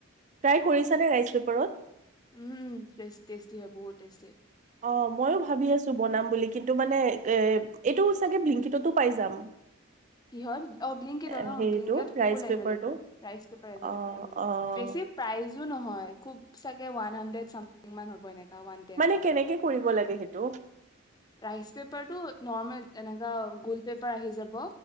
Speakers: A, on the right (about 35°); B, on the left (about 20°).
A: ট্ৰাই কৰিছ নে ৰাইচ পেপাৰত
B: উম বেষ্ট টেষ্টি হয় বহুত টেষ্টি
A: অ' ময়ো ভাবি আছো বনাম বুলি কিন্তু মানে এ এইটো চাগে ব্লিংকিটতো পাই যাম
B: কিহত অ ব্লিংকট
A: এ
B: ন
A: হেৰিটো
B: ব্লিংকেত
A: ৰাইচ
B: ফুল
A: পেপাৰটো
B: এবেল এবেল ৰাইচ পেপাৰ ও এবেল
A: অ'
B: এবেল
A: অ'
B: বেছি প্ৰাইজো নহয় খুব চাগে ৱান হাণ্ডেড চামথিং মান হ'ব এনে পেপাৰ ৱান তেন
A: মানে
B: মান
A: কেনেকে কৰিব লাগে সেইটো?
B: ৰাইচ পেপাৰ টো নৰ্মেল তেনেকুৱা গুল পেপাৰ আহি যাব